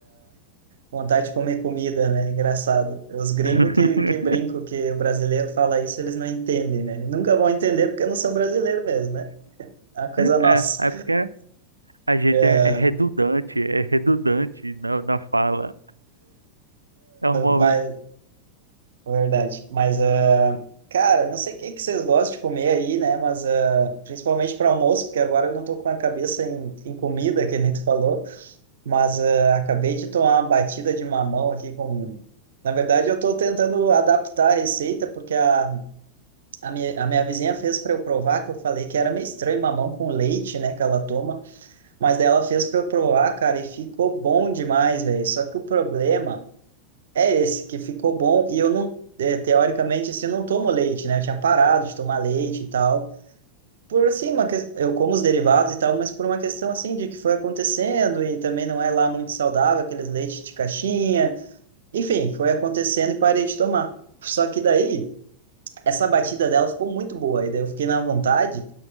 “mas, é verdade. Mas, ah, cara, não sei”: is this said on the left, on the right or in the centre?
Right